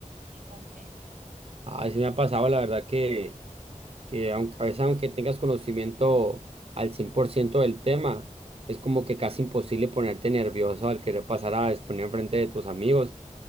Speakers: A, on the right; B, on the right.
A: y con pena.
B: A sí me ha pasado, la verdad que, que aunque, a veces aunque tengas conocimiento al 100% del tema, es como que casi imposible ponerte nervioso al querer pasar a exponer frente de tus amigos